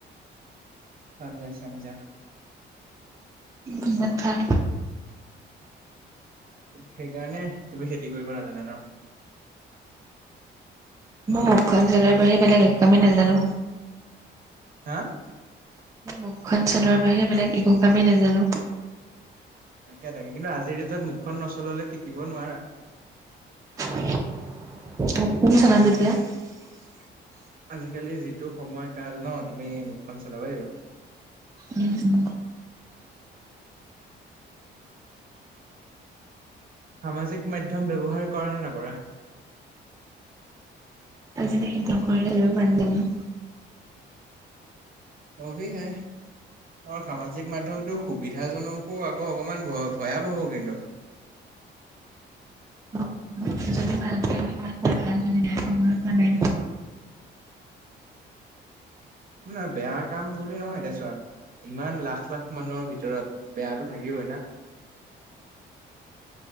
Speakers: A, on the right; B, on the right.
A: সমজা সমজা।
B: বুজাত ভাল।
A: সেইকাৰণে তুমি খেতি কৰিব নাজানা ন।
B: মই মুখখন চলোৱাৰ বাহিৰে বেলেগ একো কামেই নাজানো।
A: হা?
B: মুখখন চলোৱাৰ বাহিৰে বেলেগ একো কামেই নাজানো।
A: তাকে তাকে কিন্তু আজিৰ ডেটত মুখখন নচলালে টিকিব নোৱাৰা।
B: <unintelligible>
A: আজিকালি যিটো সময় কাল ন তুমি মুখখন চলাবই লাগিব।
B: উম উম।
A: সামাজিক মাধ্যম ব্যৱহাৰ কৰানে নকৰা?
B: আ এতি কলল বানো <unintelligible>
A: অভি হে অ সামাজিক মাধ্যয়মতো সুবিধাজনকো আকৌ অকমান ভয় ভয়াৱহো কিন্তু
B: <unintelligible> বেয়া কৰিবলৈ পৰা নাই।
A: ন বেয়া কাম বুলি নহয় এতিয়া ছোৱা, ইমান লাখ লাখ মানুহৰ ভিতৰত বেয়াতটো থাকিবই না
B: <inaudible>